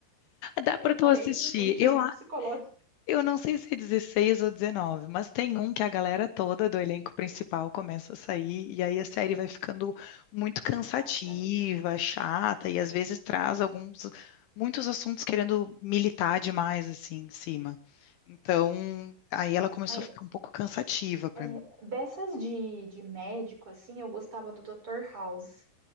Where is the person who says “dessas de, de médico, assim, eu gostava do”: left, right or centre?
Right